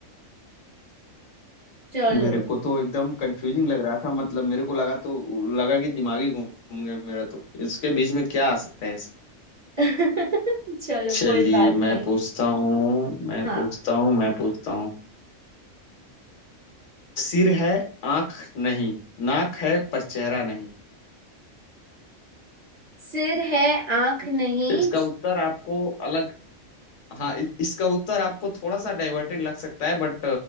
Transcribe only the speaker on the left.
मेरे को तो एकदम कंफ्यूजिंग लग रहा था मतलब मेरे को लगा तो लगा कि दिमागी घूम गया मेरा तो इसके बीच में क्या आ सकता है इस-
चलिए
मैं
पूछता हूँ मैं
पूछता हूँ मैं पूछता हूँ सिर है आंख नहीं नाक है पर चेहरा नहीं
इसका उत्तर आपको अलग हाँ इ- इसका उत्तर आपको थोड़ा सा डाइवर्टेड लग सकता है बट